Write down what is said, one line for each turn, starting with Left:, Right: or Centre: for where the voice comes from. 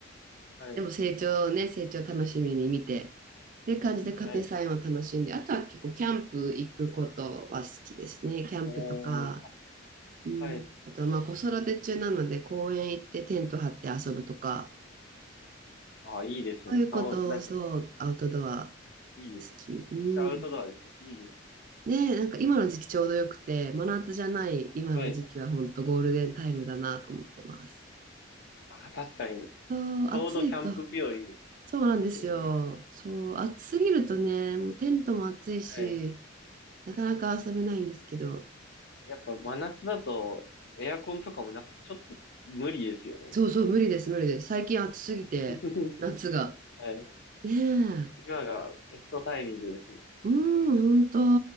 Left: はい、
Right: でも成長をね、成長を楽しみに見て、っていう感じで家庭菜園を楽しんで、
Left: はい。
Right: あとは結構キャンプ行くことは好きですね。キャンプとか、
Left: おー、
Right: うん、
Left: はい。
Right: あとはまあ子育て中なので公園行ってテント張って遊ぶとか、
Left: あ、いいですね。
Right: そういうこと、
Left: 楽し、なんか、
Right: そう、
Left: い
Right: アウトドア
Left: いですね。
Right: 好き。うん。
Left: めっちゃアウトドアですよいいですね。
Right: ね、なんか今の時期ちょうどよくて、真夏じゃない今の時期は本当ゴールデンタイムだなと思ってます。
Left: はい。あ、確かに。
Right: そう、
Left: ちょうどキャンプ日和で
Right: 暑いと。そうなんですよ。
Left: すよね。
Right: そう、暑すぎるとね、もうテントも暑いし、
Left: はい。
Right: なかなか遊べないんですけど。
Left: やっぱ真夏だとエアコンとかもなくてちょっと無理ですよね。
Right: そうそう、無理です、無理です。最近暑すぎて、
Left: <laughs>
Right: 夏が。
Left: はい。
Right: ねえ。
Left: 今がベストタイミングですね。
Right: うん、本当、